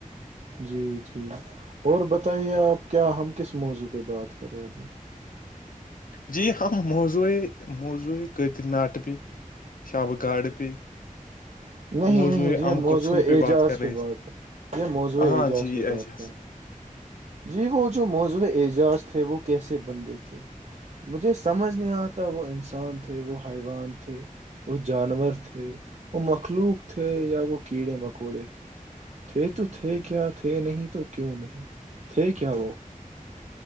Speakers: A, on the right; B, on the left.
A: جی جی اور بتائیے آپ کیا ہم کس موضوع پہ بات کر رہے
B: جی ہم موضوئے قیدر ناٹ پہ شب گارڈ پہ
A: <inaudible> نہیں
B: موضوع
A: نہیں جی ہم
B: ام
A: موضوع
B: کوسل پہ
A: اعجاز
B: بات کر رہے
A: پہ
B: تھے
A: بات کریں موضوع
B: ہاں
A: اعجاز
B: جی
A: پہ
B: اعجاز
A: بات کریں جی وہ جو موضوع اعجاز تھے وہ کیسے بندے تھے مجھے سمجھ نہیں آتا وہ انسان تھے وہ حیوان تھے وہ جانور تھے وہ مخلوق تھے یا وہ کیڑے مکوڑے تھے تھے تو تھے کیا تھے نہیں تو کیوں نہیں تھے کیا وہ